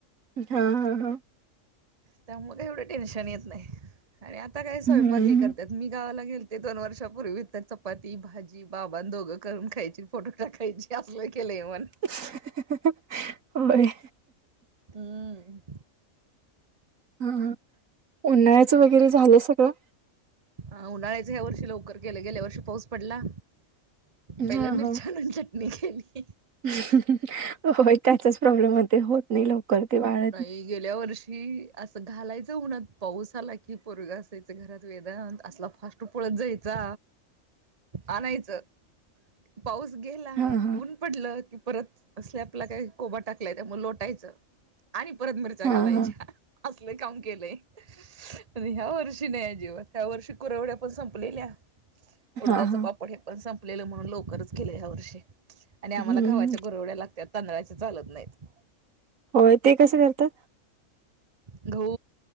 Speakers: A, on the right; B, on the right.
A: हा हा हा
B: त्यामुळे काय एवढं टेन्शन येत नाही आणि आता काय स्वयंपाक
A: हम्म
B: हे करतात मी गावाला गेलो- ते दोन वर्षापूर्वी तर चपाती भाजी बाबा अन् दोघं करून खायची फोटो टाकायची असलं केलं म्हणुन.
A: <inaudible> बाई
B: हंम
A: हा उन्हाळ्याच वगैरे झालय सगळ.
B: ह उन्हाळ्याच ह्या वर्षी लवकर केल गेल्या वर्षी पाऊस पडला पहिला
A: हा
B: मिरच्या
A: हा
B: आणुन ठेव- मी केली.
A: <inaudible> होय त्याचाच प्रॉब्लेम होतो होत नाही लवकर <inaudible>
B: बाई गेल्या वर्षी की असं घालायच ऊनात पाऊस आला की पोरग असायच घरात वेदांत असला फास्ट तो पळत जायचा
A: <inaudible>
B: आनायचं पाऊस गेला
A: हा हा
B: ऊन पडलं की परत स्लॅपला काय कोबा टाकलाय त्यामुळ लोटायचं. आणि परत मिरच्या घालायच्या
A: हा हा
B: असल काम केलंय. पन ह्या वर्षी नाही अजिबात ह्या वर्षी कुरवड्या पण संपलेल्या उडदाच
A: हा हा
B: पापड हे पण संपलेलं म्हणून लवकरच केलं ह्या वर्षी. आणि आम्हाला
A: हम्म
B: गव्हाच्या कुरवड्या लागतात तांदळाच्या चालत नाहीत.
A: होय ते कसं करतात?
B: गहु,